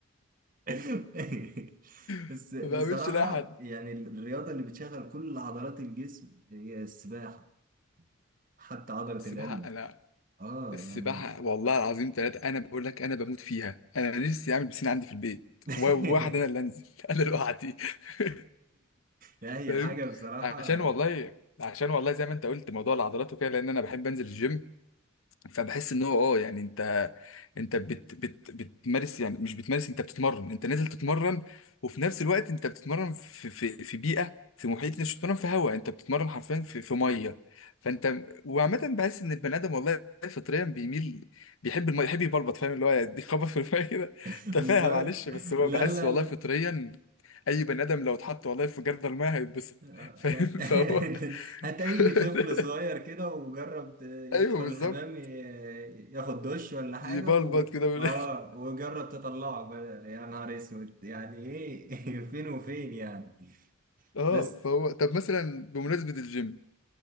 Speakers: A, on the right (about 40°); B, on the left (about 75°).
A: <laughs> بس
B: <laughs>
A: بصراحة
B: ما بعملش لاي حد
A: يعني الرياضة اللي بتشغل كل عضلات الجسم هي السباحة حتى عضلة
B: السباحه
A: القلب
B: انا
A: اه
B: السباحه
A: يعني
B: والله العظيم ثلاثه انا بقول لك انا بموت فيها انا نفسي اعمل بسين عندي في البيت
A: <laughs>
B: و- وواحد انا اللي انزل <laughs> انا لوحدي <laughs>
A: لا هي
B: فاهم
A: حاجة بصراحة
B: عشان والله عشان والله زي ما انت قلت موضوع العضلات وكده لان انا بحب انزل الجيم فبحس ان هو اه يعني انت انت بت بت بتمارس يعني مش بتمارس انت بتتمرن انت نازل تتمرن وفي نفس الوقت انت بتتمرن في في في بيئه في محيط
A: <laughs>
B: انت مش بتتمرن في هواء انت بتتمرن حرفيا في في ميه فانت وعامه بحس ان البني ادم والله فطريا بيميل بيحب الميه يحب يبلبط فاهم اللي هو يخبط في الميه كده
A: بالظبط
B: تفاهه معلش بس هو
A: لا
B: بحس
A: لا
B: والله
A: لا
B: فطريا اي بني ادم لو اتحط والله في جردل الميه هيتبسط
A: آه،
B: فاهم
A: يعني <laughs>
B: فهو
A: هات أي
B: <laughs>
A: طفل صغير كده وجرب ت- يدخل
B: ايوه بالظبط
A: الحمام ي- ياخد دش ولا حاجة
B: يبلبط
A: و...
B: كده <laughs>
A: اه وجرب تطلعه بدل يا نهار اسود يعني ايه <laughs> فين وفين يعني
B: اه
A: بس
B: فهو طب مثلا بمناسبة الجيم